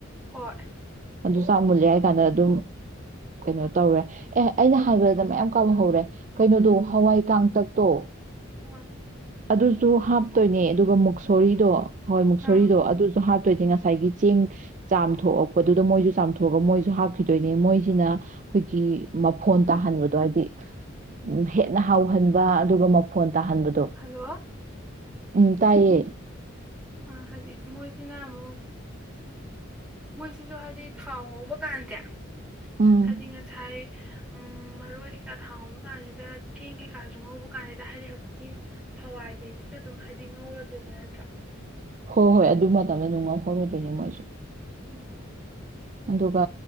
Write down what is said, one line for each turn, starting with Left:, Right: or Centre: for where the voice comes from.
Centre: ꯍꯣꯏ
Right: ꯗꯨ ꯆꯥꯛ ꯃꯨꯜꯂꯦ ꯍꯥꯏ ꯀꯥꯟꯗ ꯗꯨꯝ ꯀꯩꯅꯣ ꯇꯧꯔꯦ ꯑꯦ ꯑꯩꯅ ꯍꯥꯏꯕꯗ ꯃꯌꯥꯝ ꯀꯥꯎꯍꯧꯔꯦ ꯀꯩꯅꯣꯗꯣ ꯍꯋꯥꯏ ꯀꯥꯡꯇꯛꯇꯣ
Centre: ꯎꯝ
Right: ꯑꯗꯨꯁꯨ ꯍꯥꯞꯇꯣꯏꯅꯦ ꯑꯗꯨꯒ ꯃꯨꯛꯁꯨ ꯊꯣꯔꯤꯗꯣ ꯍꯣꯏ ꯃꯨꯛꯁꯣꯔꯤꯗꯣ
Centre: ꯎꯝ
Right: ꯑꯗꯨꯁꯨ ꯍꯥꯞꯇꯣꯏꯅꯦ ꯉ ꯉꯁꯥꯏꯒꯤ ꯆꯦꯡ ꯆꯥꯝꯊꯣꯛꯑꯄꯗꯨꯗ ꯃꯣꯏꯁꯨ ꯆꯥꯝꯊꯣꯛꯑꯒ ꯃꯣꯏꯁꯨ ꯍꯥꯞꯈꯤꯗꯣꯏꯅꯦ ꯃꯣꯏꯁꯤꯅ ꯑꯩꯈꯣꯏꯒꯤ ꯃꯐꯣꯟ ꯇꯥꯍꯟꯕꯗꯣ ꯍꯥꯏꯗꯤ ꯎ ꯍꯦꯟꯅ ꯍꯥꯎꯍꯟꯕ ꯑꯗꯨꯒ ꯐꯣꯟ ꯇꯥꯍꯟꯕꯗꯣ
Centre: ꯍꯜꯂꯣ
Right: ꯎꯝ ꯇꯥꯏꯌꯦ
Centre: ꯑ ꯍꯥꯏꯗꯤ ꯃꯣꯏꯁꯤꯅ ꯑꯃꯨꯛ ꯃꯣꯏꯁꯤꯁꯨ ꯍꯥꯏꯗꯤ ꯊꯥꯎ ꯉꯧꯕ ꯀꯥꯟꯖꯦ
Right: ꯎꯝ
Centre: ꯍꯥꯏꯗꯤ ꯉꯁꯥꯏ ꯎꯝ ꯃꯔꯣꯏ ꯀꯩꯀꯥ ꯊꯥꯎꯉꯧꯕ ꯀꯥꯟꯁꯤꯗ ꯆꯦꯡ ꯀꯩꯀꯥꯁꯨ ꯉꯧꯕ ꯀꯥꯟꯁꯤꯗ ꯍꯥꯏꯗꯤ ꯍꯧꯖꯤꯛꯀꯤ ꯍꯋꯥꯏꯈꯩꯁꯤꯁꯨ ꯑꯗꯨꯝ ꯍꯥꯏꯗꯤ ꯉꯧꯔꯗꯣꯏꯕ ꯅꯠꯇ꯭ꯔꯣ
Right: ꯍꯣꯏ ꯍꯣꯏ ꯑꯗꯨ ꯃꯇꯝꯗ ꯑꯗꯨꯝ ꯉꯥꯎꯍꯧꯔꯗꯣꯏꯅꯦ ꯃꯣꯏꯁꯨ
Centre: ꯑꯣ
Right: ꯑꯗꯨꯒ